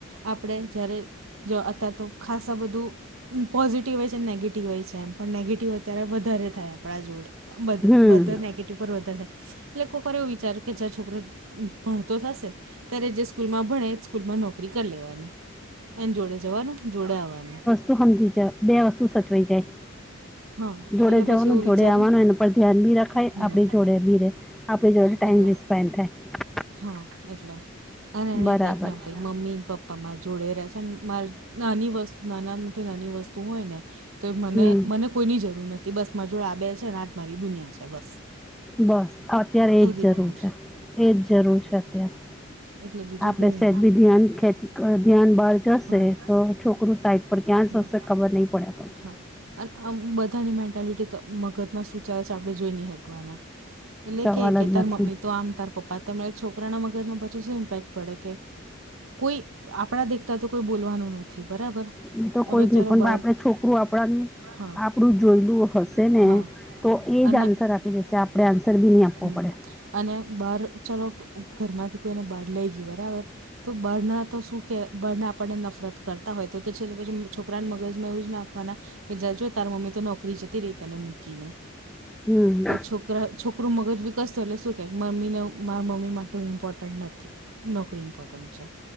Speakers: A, on the right; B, in the centre.
A: આપણે જયારે જો અત્યારે તો ખાસા બધું પોઝિટિવ હોય છે, અને નેગેટિવ હોય છે, એમ પણ નેગેટિવ ત્યારે વધારે થાય આપડા જોડ, બો
B: હમ
A: બધાને નેગેટિવ એકવાર વધારે થાય એટલે કોકવાર એવું વિચાર કે જ છોકરો ભણતો થશે ત્યારે જે સ્કૂલમાં ભણે એજ સ્કૂલમાં નોકરી કર લેવાની એને જોડે જવાનું, જોડે આવવાનું
B: તુ હમજી જા બે વસ્તુ સચવાઈ જાય
A: હા
B: જોડે
A: એટલે પછી
B: જવાનું,
A: એવું
B: જોડે
A: વિચારી
B: આવવાનું, એના પર ધ્યાન બી રખાય,
A: હમ.
B: આપણી જોડે બી રે આપણી જોડે ટાઈમ
A: એટલે
B: બી સ્પેન્ડ થાય,
A: હા એટલે અને નહી
B: બરાબર
A: થાય કે ના
B: છે
A: કઈ મમ્મી, પપ્પા માર જોડે રહે છે મારે નાની વસ્તુ નાનામાંથી નાની વસ્તુ હોય ને તો મને
B: હમ
A: મને કોઈની જરૂર નથી બસ માર જોડે આ બે છે ને આજ મારી દુનિયા છે બસ
B: બસ, અત્યારે એજ
A: એ રીતનું
B: જરૂર છે, એજ જરૂર છે, અત્યારે
A: એટલે બીજું
B: આપડે
A: કઈ નહી.
B: સેજ બી ધ્યાન ખેચ અ ધ્યાન બહાર જશે
A: હમ.
B: તો છોકરું સાઈ પર ક્યાં
A: હમ
B: સસે ખબરનહી પડે આપણને
A: હા અને આમ બધાની મેન્ટાલિટી તો મગજમાં સુુંચા છે આપણે જોઈ ની હકવાના એટલે
B: સવાલ
A: કે
B: જ
A: તારા
B: નથી
A: મમ્મી તો આમ તારા પપ્પા તેમને છોકરાનાં મગજમાં પછી શું ઇમ્પેક્ટ પડે કે કોઈ આપણા દેખતા તો કોઈ બોલવાનું નથી બરાબર
B: નહી તો કોઈ
A: હવે
B: જ
A: ચાલો
B: નહીં, પણ
A: બહાર
B: આપણું છોકરું આપણાની
A: હા
B: આપણું જોયેલું હશે ને
A: હા
B: તો એ
A: અને
B: જ આન્સર આપી જશે આપણે આન્સર પણ નહી આપવો
A: હમ
B: પડે.
A: અને બહાર ચલો ઘરમાંથી કોઈને બહાર લઈ ગયું બરાબર તો બહારના શું કેય કે બહારના આપણને નફરત કરતા હોય તો છે પછી છોકરાના મગજમાં એવું જ નાખવાના કે જો જો તારી મમ્મી તો નોકરી જતી રહી તને મૂકીને
B: હમ
A: છોકરી છોકરા નો મગજ વિકસત થાય એટલે શું કહે કે મમ્મીને મારા મમ્મી માટે હું ઇમ્પોર્ટન્ટ નથી. નોકરી ઈમ્પોર્ટન્ટ છે